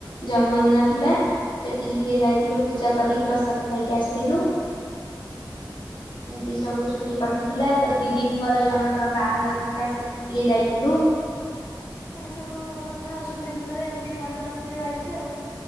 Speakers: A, on the left; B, on the left.
A: ଜନ୍ମଦିନ ଥିଲା। ସେଠିକି ଟିକେ ଯାଇଥିଲୁ ପୂଜା କରିକି ପ୍ରସାଦ ଖାଇକି ଆସିଥିଲୁ। ଏମିତି ସବୁ ଛୁଟି କଟିଥିଲା ତ ଦିଦିଙ୍କର ଜଣଙ୍କର ବାହାଘର ଥିଲା ସେ ଇଏ ଯାଇଥିଲୁ
B: ଏଇ ସବୁ କଥା ଛୁଟି ଦିନରେ ଏମିତି ମଜା ମସ୍ତିରେ ଆଇଛି ଆଉ।